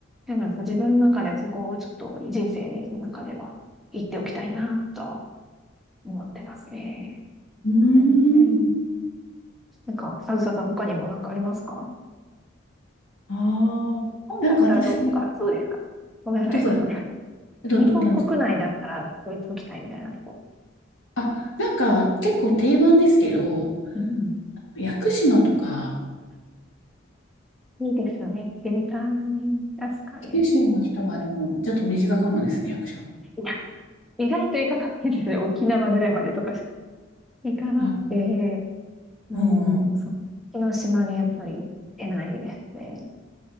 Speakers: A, in the centre; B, on the left (about 80°).
A: でもやっぱ自分の中ではそこをちょっと人生の中では行っておきたいなとは思ってますね。
B: うーん、
A: うん。なんか、あずささん、他にもなんかありますか
B: ああ、
A: 本だったらどうとか、
B: なんか私、
A: そうですか。ごめんなさい。
B: どこだ、
A: なんか <laughs>
B: ど、
A: 日本国内だったら、
B: ど、なんですか
A: ここ行っときたいみたいなとこ。
B: あ、なんか結構定番ですけど、
A: うん。
B: 屋久島とか、
A: いいですよね。行ってみたい。確かに。
B: 九州の人はでもちょっと身近かもですね、
A: い
B: 屋久島。
A: や、意外と行かないですね。沖縄ぐらいまでとかし行かなくて、
B: あ、
A: もう、
B: うんうん。
A: そのの島にやっぱり行ってないですね。